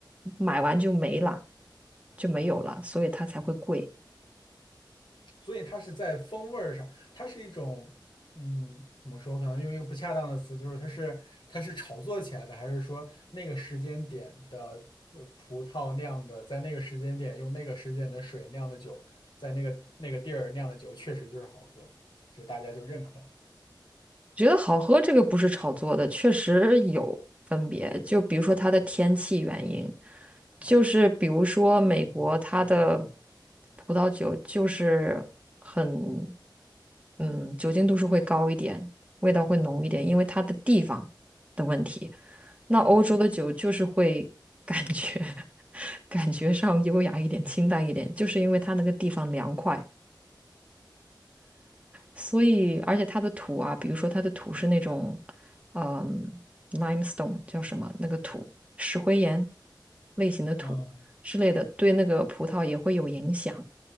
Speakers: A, on the right; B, on the left.
A: 买完就没了，就没有了，所以它才会贵。
B: 所以它是在风味儿上，它是一种，嗯，怎么说？可能用一个不恰当的词，就是它是它是炒作起来的，还是说那个时间点的呃葡萄酿的，在那个时间点用那个时间点的水酿的酒，在那个那个地儿酿的酒，确实就是好喝，就大家就认可
A: 觉得好喝这个不是炒作的，确实有分别。就比如说它的天气原因，就是比如说美国它的
B: 啊。
A: 葡萄酒就是很，嗯，酒精度数会高一点，味道会浓一点，
B: 哦，
A: 因为它的地方的问题。那欧洲的酒就是会感觉
B: 明白。
A: <laughs> 感觉上优雅一点、清淡一点，就是因为它那个地方凉快。所以而且它的土啊，比如说它的土是那种，嗯，limestone 叫什么那个土，石灰岩类型的土之类的，
B: 嗯。
A: 对那个葡萄也会有影响。